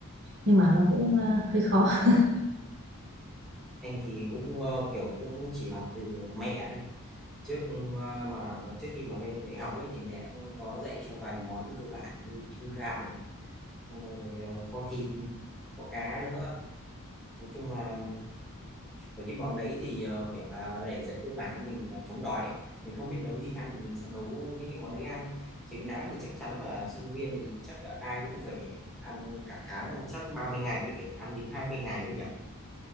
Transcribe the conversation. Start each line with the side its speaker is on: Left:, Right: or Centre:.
Right: nhưng mà nó cũng ờ, hơi khó <laughs>
Centre: anh thì cũng ờ, kiểu cũng chỉ học từ mẹ thôi trước ờ, mà trước khi mà lên đại học ấy thì mẹ cũng có dạy cho vài món cơ bản như trứng rán xong rồi ờ, kho thịt kho cá nữa nói chung là mấy cái món đấy thì ờ, kiểu là để dạy cơ bản cho mình ờ, chống đói ấy. mình không biết nấu gì ăn thì mình sẽ nấu những cái món đấy ăn trứng rán thì chắc chắn là sinh viên thì chắc là ai cũng phải ăn cả tháng chắc 30 ngày cũng phải ăn đến 20 ngày đấy nhỉ